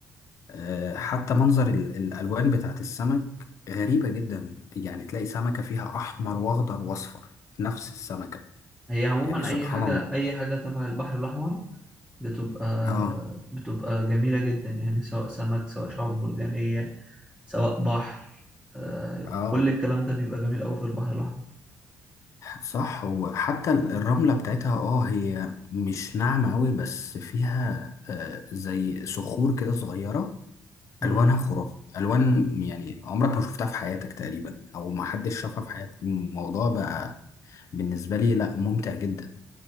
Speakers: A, on the left; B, in the centre.
A: آه، حتى منظر ال- الالوان بتاعت السمك غريبه جدا يعني تلاقي سمكه فيها احمر واخضر واصفر في نفس السمكه
B: هي عموما
A: يعني سبحان
B: اي حاجة
A: الله
B: اي حاجة تبع البحر الاحمر بتبقى
A: اه
B: بتبقى جميلة جدا يعني سواء سمك سواء شعاب مرجانية سواء بحر آه،
A: اه
B: كل الكلام ده بيبقى جميل أوي في البحر الأحمر
A: صح وحتى ال- الرملة بتاعتها اه هي مش ناعمة قوي بس فيها آه، زي صخور كده صغيرة
B: مم.
A: ألوانها خرافة ألوان يعني عمرك ما شفتها في حياتك تقريبا أو ما حدش شافها في حياتك الموضوع بقى بالنسبة لي لا ممتع جدا